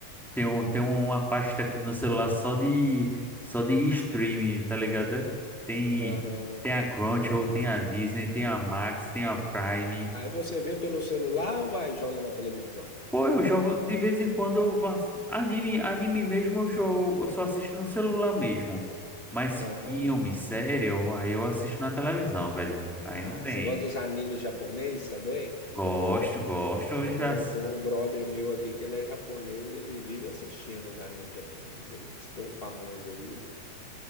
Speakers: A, in the centre; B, on the left.
A: Tem, um, tem uma pasta aqui no celular só de, só de streaming, tá ligado? Tem,
B: Aham.
A: tem a Crunchyroll, tem a Disney, tem a Max, tem a Prime.
B: Aí você vê pelo celular ou vai e joga na televisão?
A: Pô, eu jogo de vez em quando eu faço anime, anime mesmo eu jogo, eu só assisto no celular mesmo. Mas
B: Aham.
A: filme, série, eu- aí eu assisto na televisão, velho.
B: Ah,
A: Aí não tem.
B: você gosta dos animes japonês também?
A: Gosto, gosto,
B: Tem
A: eu já
B: um,
A: ass-
B: tem um brother meu aqui que ele é japonês, ele vive assistindo os animes japoneses aí. Diz que tem um famoso aí,